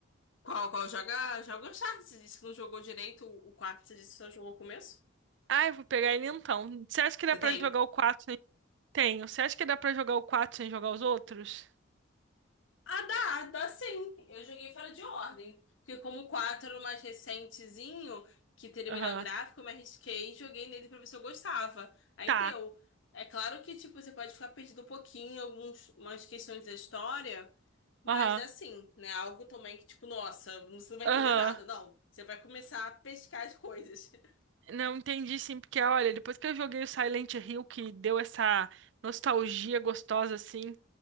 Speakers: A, on the left; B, on the right.
A: Qual, qual? Joga, joga o Uncharted. Você disse que não jogou direito o 4. você disse que só jogou o começo?
B: Ai, vou pegar ele então. Você acha que dá
A: Você
B: pra
A: tem?
B: jogar o quatro? sem... Tenho. Você acha que dá pra jogar o 4 sem jogar os outros?
A: Ah, dá, dá sim. Eu joguei fora de ordem. Porque como o 4 era o mais recentezinho, que teria
B: Aham.
A: o melhor gráfico, eu me arrisquei e joguei nele pra ver se eu gostava. Aí
B: Tá.
A: deu. É claro que, tipo, você pode ficar perdido um pouquinho, algumas umas questões da história, mas
B: Aham.
A: dá sim, né? Algo também que, tipo, nossa, você não vai
B: Aham.
A: entender nada, não. Você vai começar a pescar as coisas. <laughs>
B: Não entendi sim, porque olha, depois que eu joguei o Silent Hill, que deu essa nostalgia gostosa, assim,